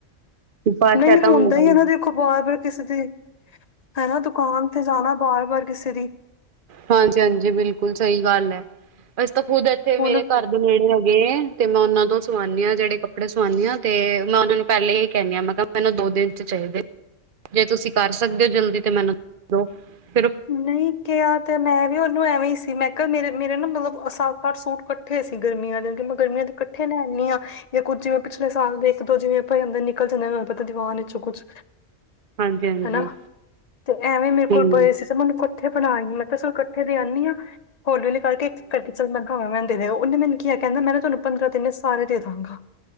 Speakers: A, on the right; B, on the left.
A: ਬਸ
B: ਨਈ
A: ਇਹ ਤਾਂ
B: ਹੁੰਦਾ ਹੀ ਇਹਨਾਂ
A: ਹੈ
B: ਦੇ ਦੇਖੋ ਬਾਰ-ਬਾਰ ਕਿਸੇ ਦੀ, ਹੈਨਾ ਦੁਕਾਨ ਤੇ ਜਾਣਾ ਬਾਰ-ਬਾਰ ਕਿਸੇ ਦੀ।
A: ਹਾਂਜੀ, ਹਾਂਜੀ ਬਿਲਕੁਲ ਸਹੀ ਗੱਲ ਐ, ਅਸੀਂ ਤਾਂ ਖੁਦ ਇੱਥੇ
B: ਹੁਣ
A: ਮੇਰੇ ਘਰ ਦੇ ਨੇੜੇ ਹੈਗੇ ਐ। ਤੇ ਮੈਂ ਉਹਨਾਂ ਤੋਂ ਸਵਾਣੀ ਆਂ ਜਿਹੜੇ ਕੱਪੜੇ ਸਵਾਂਣੀ ਆਂ, ਤੇ ਮੈਂ ਉਹਨਾ ਨੂੰ ਪਹਿਲੇ ਹੀ ਕਹਿਣੀ ਆਂ ਮੈਂ ਕਿਆ ਮੈਂਨੂੰ ਦੋ ਦਿਨ ਚਾਈਦੇ। ਜੇ ਤੁਸੀਂ ਕਰ ਸਕਦੇ ਔ ਹੋ ਜਲਦੀ ਤੇ ਮੈਨੂੰ ਦੋ ਫੇਰ ਓਹ
B: ਨਈ ਕਿਆ ਤੇ ਮੈਂ ਵੀ ਉਹਨੂੰ ਐਵੇਂ ਈ ਸੀ, ਮੈਂ ਕਿਆ ਮੇਰੇ ਮੇਰੇ ਨਾ ਮਤਲਬ ਸੱਤ-ਅੱਠ ਸੂਟ ਕੱਠੇ ਸੀ ਗਰਮੀਆਂ ਦੇ ਤੇ ਮੈਂ ਗਰਮੀਆਂ ਦੇ ਕੱਠੇ ਲੈ ਆਣੀ ਆਂ। ਜਾਂ ਕੁੱਝ ਜਿਵੇਂ ਪਿਛਲੇ ਸਾਲ ਦੇ ਇੱਕ-ਦੋ ਜਿਵੇਂ ਪਏ ਹੂੰਦੇ ਜਾਂ ਨਿਕਲ ਜਾਂਦੇ <unintelligible> ਦੀਵਾਨ ਵਿੱਚ ਕੁੱਝ
A: ਹਾਂਜੀ-ਹਾਂਜੀ
B: ਹਨਾ? ਤੇ ਐਵੇਂ ਮੇਰੇ
A: ਹੂੰ-ਹੂੰ
B: ਕੋਲ ਪਏ ਸੀ। ਤੇ ਮੈਨੂੰ ਕੱਠੇ ਫੜਾਈ ਮੈਂ ਕਯਾ ਚਾਲ ਕੱਠੇ ਦੇ ਆਣੀ ਆਂ। ਹੋਲੀ-ਹੋਲੀ ਕਰਕੇ ਕਠੇ ਚਲ ਮੈਂ ਕਯਾ ਮੈਨੂੰ ਦੇਦੇ ਓਹਨੇ ਮੈਨੂੰ ਕਿਆ, ਮੈਂ ਨਾ ਤੁਹਾਨੂੰ ਪੰਦਰਾਂ ਦਿਣ ਵੇਚ ਸਾਰੇ ਦੇਦਾਂਗਾ। ਹਾਂ,